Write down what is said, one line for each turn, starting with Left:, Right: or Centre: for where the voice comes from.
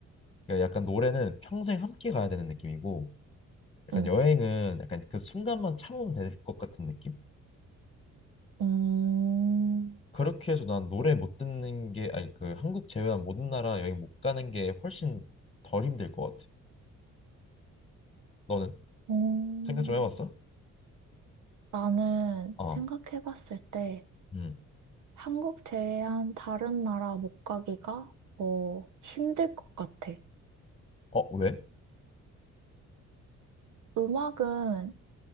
Left: 그러니까 약간 노래는 평생 함께 가야 되는 느낌이고 약간
Right: 응.
Left: 여행은 약간 그 순간만 참으면 될 것 같은 느낌?
Right: 음,
Left: 그렇게 해서 난 노래 못 듣는 게 아니 그 한국 제외한 모든 나라 여행 못 가는 게 훨씬 덜 힘들 것 같아. 너는
Right: 음.
Left: 생각 좀 해봤어?
Right: 나는
Left: 어,
Right: 생각해봤을 때
Left: 음,
Right: 한국 제외한 다른 나라 못 가기가 어, 힘들 것 같아.
Left: 어 왜?
Right: 음악은